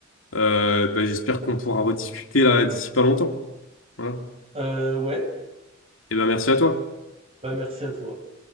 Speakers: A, on the left (about 85°); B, on the right (about 30°).
A: Euh, bah, j'espère qu'on pourra rediscuter là d'ici pas longtemps. Voilà.
B: Euh, ouais.
A: Et ben merci à toi.
B: Bah, merci à toi.